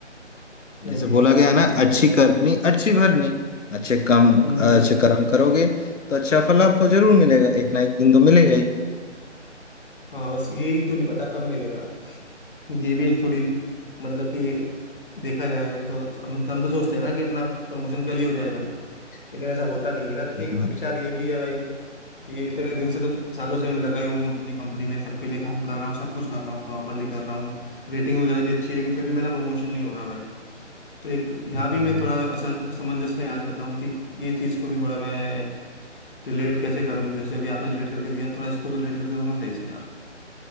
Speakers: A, on the left; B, on the left.
A: नहीं
B: जैसे
A: नहीं
B: बोला
A: ये बात
B: गया
A: बिल्कुल
B: है ना
A: समझाई
B: अच्छी
A: मैं आपको
B: करनी अच्छी भरनी अच्छे काम
A: हम्म
B: अच्छे कर्म करोगे तो अच्छा फल आपको जरूर मिलेगा एक ना एक दिन तो मिलेगा ही
A: हाँ बस यही तो नहीं पता कब मिलेगा ये भी एक थोड़ी मतलब कि देखा जाए तो हम हम तो सोचते हैं ना कि अपना प्रमोशन कल ही हो जाए भाई लेकिन ऐसा होता नहीं है ना तो एक
B: हाँ
A: विचार ये भी है भाई कि इतने दिन से तो सालों से मैं लगाई हूँ अपनी कंपनी में सबके लिए काम कर रहा हूँ सब कुछ कर रहा हूँ प्रॉपरली कर रहा हूँ रेटिंग वगैरह भी अच्छी है लेकिन फिर भी मेरा प्रमोशन नहीं हो रहा भाई तो एक यहाँ
B: हाँ,
A: भी मैं थोड़ा अस, असमंजस में आ जाता हूँ कि ये चीज़ को भी थोड़ा मैं रिलेट कैसे करूँ जैसे अभी आपने रिलेट करके दिया थोड़ा इसको भी रिलेट करके दो ना सही से यार